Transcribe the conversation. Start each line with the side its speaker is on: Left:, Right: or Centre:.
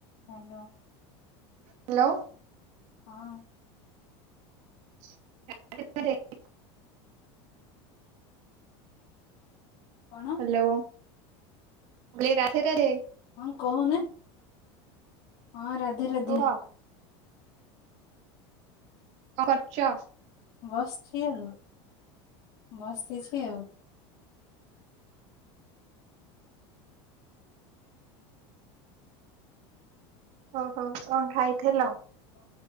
Left: Hello.
Right: Hello.
Left: ହଁ
Right: <inaudible>
Left: କଣ
Right: hello. Radhe Radhe.
Left: ହଁ କହୁନା ହଁ ରାଧେ ରାଧେ।
Right: କୁହ କଣ କରୁଛ?
Left: ବସିଛି ଆଉ। ବସିଛି ଆଉ।
Right: ଓହୋ କଣ ଖାଇଥିଲ?
Left: ହଁ।